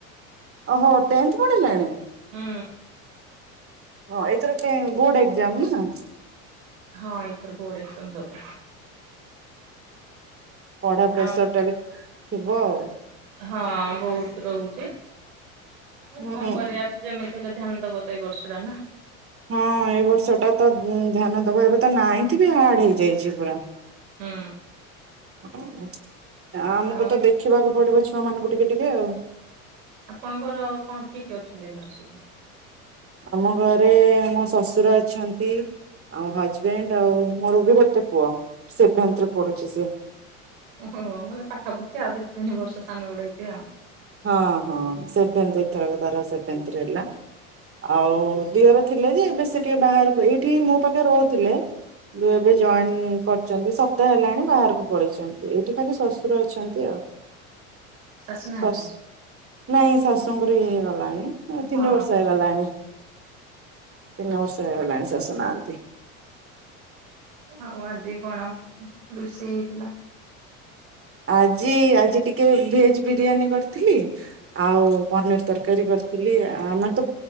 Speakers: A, on the right; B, on the right.
A: ଓହୋ ଟେନ୍ଥ ପଢି଼ଲେଣି।
B: ହୁଁ।
A: ହଁ ଏଥର କେ ବୋର୍ଡ଼ ଏକ୍ଜାମ୍ ନା।
B: ହଁ ଏଇଥର ବୋର୍ଡ଼ ଏକ୍ଜାମ୍ ଦେବ।
A: ପଢ଼ା ପ୍ରେସର
B: ଆଉ
A: ଟା ବି ଥିବ ଆଉ।
B: ହଁ ବହୁତ୍ ରହୁଛି ଆଉ
A: ହୁଁ।
B: କଣ କରିବା। ଯେମିତି ହେଲେ ଧ୍ୟାନ ଦବ ତ ଏଇ ବର୍ଷ ଟା ନା।
A: ହଁ ଏ ବର୍ଷ ଟା ତ ଧ୍ୟାନ ଦବ ଏବେ ତ ନାଇନ୍ଥି ବି ହାର୍ଡ଼ ହେଇଯାଇଛି ପୁରା।
B: ହୁଁ।
A: ଓ ଆମକୁ
B: ଆଉ
A: ତ ଦେଖିବାକୁ ପଡ଼ିବ ଛୁଆ ମାନଙ୍କୁ ଟିକେ ଟିକେ ଆଉ।
B: ଆପଣଙ୍କର କଣ କିଏ କିଏ ଅଛନ୍ତି ଘରେ ସବୁ?
A: ଆମ ଘରେ ଆମ ଶଶୁର ଅଛନ୍ତି। ଆଉ ହଜବେଣ୍ଡ୍ ଆଉ ମୋର ବି ଗୋଟେ ପୁଅ ସେଭେନ୍ଥ୍ ରେ ପଢୁଛି ସେ।
B: ଓହୋ ମାନେ ପାଖାପାଖି ଆଉ ଦି ତିନି ବର୍ଷ ସାନ ବଡ଼ ହେଇଥିବ ଆଉ।
A: ହଁ ହଁ ସେଭେନ୍ଥ୍ ଏ ଥରକ ତାର ସେଭେନ୍ଥ୍ ରେ ହେଲା। ଆଉ ଦିଅର ଥିଲେ ଯେ ଏବେ ସେ ଟିକେ ବାହାରକୁ ଏଇଠି ହିଁ ମୋ ପାଖରେ ରହୁଥିଲେ। କିନ୍ତୁ ଏବେ ଜଏନ୍ କରିଛନ୍ତି ସପ୍ତାହ ହେଲାଣି ବାହାରକୁ ପଳେଇଛନ୍ତି ଏଇଠି ଖାଲି ଶଶୁର ଅଛନ୍ତି ଆଉ।
B: ଶାଶୁ ନାହାନ୍ତି?
A: ଶାଶୁ ନାଇଁ ଶାଶୁଙ୍କର ଇଏ ହେଇଗଲାଣି
B: ହଁ
A: ତିନି ବର୍ଷ
B: ହଁ।
A: ହେଇଗଲାଣି। ତିନି
B: ଆଚ୍ଛା
A: ବର୍ଷ ହେଇଗଲାଣି ଶାଶୁ ନାହାନ୍ତି।
B: ଆଉ ଆଜି କଣ ରୋଷେଇ ହେଇଥିଲା?
A: ଆଜି ଆଜି ଟିକେ ଭେଜ୍ ବିରିୟାନୀ କରିଥିଲି। ଆଉ ପନିର୍ ତରକାରୀ କରିଥିଲି ଆମର ତ